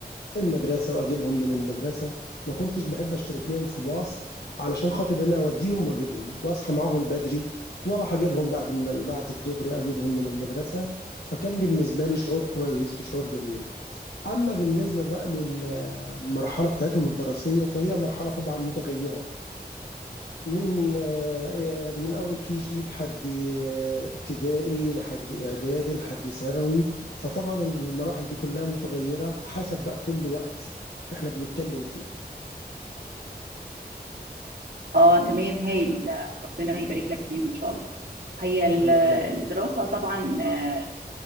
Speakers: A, on the left; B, on the right.
A: المدرسة وأجيبهم من المدرسة ما كنتش بحب اشترك لهم في باص علشان خاطر ان انا اوديهم واجيبهم واصحى معاهم بدري واروح اجيبهم بعد ما بعد الظهر اجيبهم من المدرسه فكان بالنسبه لي شعور كويس وشعور جميل اما بالنسبه بقى للمرحله بتاعتهم الدراسيه فهي مرحله طبعا متغيره من آه، من اول كي جي لحد آه، ابتدائي لحد اعدادي لحد ثانوي فطبعا المراحل دي كلها متغيره حسب بقى كل وقت احنا بنتكلم فيه
B: اه تمام هايل ربنا يبارك لك فيهم ان شاء الله هي ال-
A: شكرا لحضرتك
B: الدراسة طبعا آه،